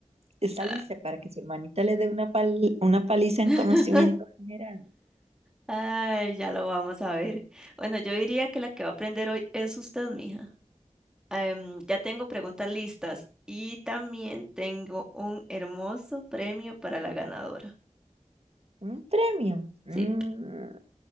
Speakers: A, on the right (about 55°); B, in the centre.
A: ¿Está
B: Ah.
A: lista para que su hermanita le dé una, pal- una paliza en
B: <laughs>
A: conocimiento general?
B: Ay, ya lo vamos a ver. Bueno, yo diría que la que va a aprender hoy es usted, mija. Em, ya tengo preguntas listas y también tengo un hermoso premio para la ganadora.
A: ¿Un premio? Mm,
B: Sí.